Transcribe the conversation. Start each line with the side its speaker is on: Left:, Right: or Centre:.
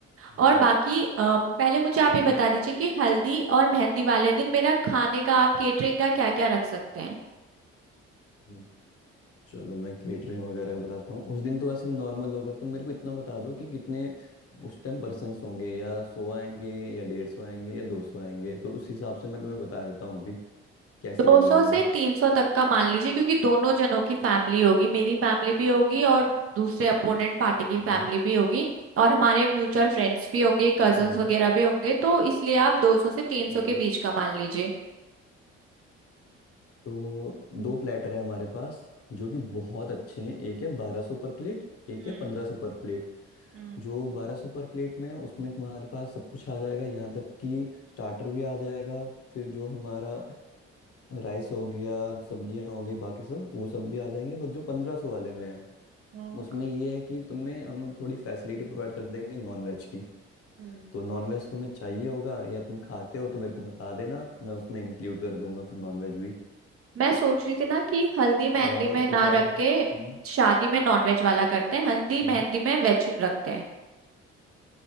Left: हम्म,
Right: और बाकी अ, पहले मुझे आप
Left: हम्म,
Right: ये बता दीजिए कि हल्दी और मेहंदी वाले दिन मेरा खाने का आप केटरिंग का क्या क्या रख सकते हैं
Left: हम्म। चलो मैं केटरिंग वगैरह का बताता हूँ उस दिन तो वैसे भी नॉर्मल होगा तुम मेरे को इतना बता दो कि कितने उस टाइम पर्सन्स होंगे या सौ आएंगे या डेढ़ सौ आएंगे या दो सौ आएंगे तो उस हिसाब से मैं तुम्हें बता देता हूँ अभी कैसे
Right: दो
Left: क्या
Right: सौ
Left: करना
Right: से
Left: है
Right: तीन सौ तक का मान लीजिए क्योंकि दोनों जनों की फैमिली होगी मेरी फैमिली भी होगी और दूसरे अपोनेंट पार्टी की फैमिली
Left: हम्म
Right: भी होगी और हमारे म्यूचुअल फ्रेंड्स भी होंगे कजन्स
Left: हम्म,
Right: वगैरह भी होंगे तो इसलिए आप दो सौ से तीन सौ
Left: हम्म।
Right: के बीच का मान लीजिए
Left: तो दो प्लेटर है हमारे पास जो कि बहुत अच्छे हैं एक है बारह सौ पर प्लेट एक
Right: हम्म
Left: है पंद्रह सौ पर प्लेट
Right: हम्म
Left: जो बारह सौ पर प्लेट में है, उसमें तुम्हारे पास सब कुछ आ जाएगा यहाँ तक कि स्टार्टर भी आ जाएगा फिर जो हमारा राइस हो गया सब्जियां हो गई बाकी सब वो सब भी आ जाएंगे और जो पंद्रह सौ वाले में है
Right: हम्म
Left: उसमें ये है कि तुम्हें हम थोड़ी फैसिलिटी प्रोवाइड कर देंगे नॉन वेज की
Right: हम्म।
Left: तो नॉन वेज तुम्हें चाहिए होगा या तुम खाते हो तो मेरे को बता देना मैं उसमें इंक्लूड कर दूंगा फिर नॉन वेज भी
Right: मैं सोच रही थी ना कि हल्दी मेहंदी
Left: और
Right: में
Left: एक
Right: ना
Left: और
Right: रख
Left: हम्म
Right: के शादी में नॉनवेज वाला करते हैं हल्दी मेहंदी
Left: हम्म।
Right: में वेज रखते हैं